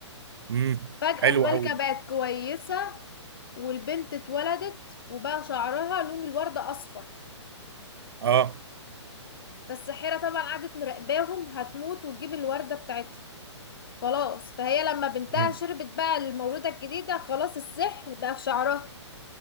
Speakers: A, on the right; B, on the left.
A: امم
B: فجأة
A: حلو
B: الملكه
A: قوي
B: بقت كويسه والبنت اتولدت وبقى شعرها لون الوردة أصفر
A: اه
B: فالساحرة طبعا قعدت مراقباهم هتموت وتجيب الوردة بتاعتها خلاص فهي لما بنتها
A: مم.
B: شربت بقى المولودة الجديدة خلاص السحر بقى في شعرها